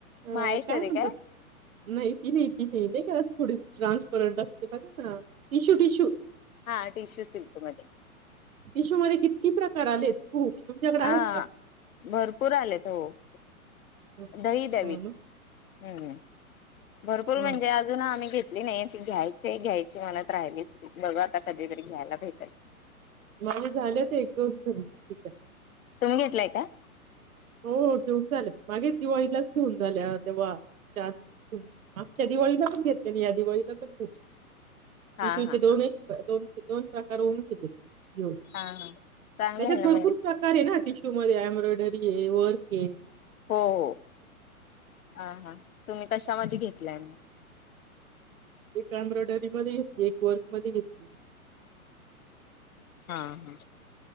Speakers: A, on the right (about 65°); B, on the left (about 65°).
A: अ,
B: महेश्वरी
A: म्हणतात
B: काय?
A: नाही ति नाही तिन् नाही का थोडी ट्रान्सपरंट असते बघा ना टिश्यू, टिश्यू
B: हा टिश्यू सिल्कमध्ये
A: टिश्यू मध्ये किती प्रकार आलेत. हो तुमच्याकडे
B: हा
A: आहेत का?
B: भरपूर आलेत. हो.
A: हं,
B: दही द्यावी.
A: हां ना.
B: हम्म भरपूर
A: हं.
B: म्हणजे अजून आम्ही घेत नाही. ते घ्यायचेय घ्यायचे मनात राहिलीच बघ आता कधीतरी घ्यायला भेटय.
A: माझे झालेत एक दोन तरी तिच्यात
B: तुम्ही घेटलाय का?
A: हो. घेऊन झालं मागे दिवाळीलाच घेऊन झाल्या तेव्हा चार मागच्या दिवाळीला पण घेतलेली, या दिवाळीला पण घेत
B: हा
A: टिश्यू
B: हा
A: चे दोन
B: हा
A: दोन ते दोन प्रकार होऊन गेले. हो.
B: हा हा चांगलं
A: त्याच्यात
B: आहे ना
A: भरपूर
B: म्हणजे
A: प्रकार आहेए ना. टिश्यू मध्ये ए्ब्रॉयडरी वर्के
B: हो. हो. हा. हा. तुम्ही कशामध्ये घेत <unintelligible>
A: एक एम्ब्रॉयडरी मध्ये घेतली. एक वर्क मध्ये घेतली.
B: हा. ह.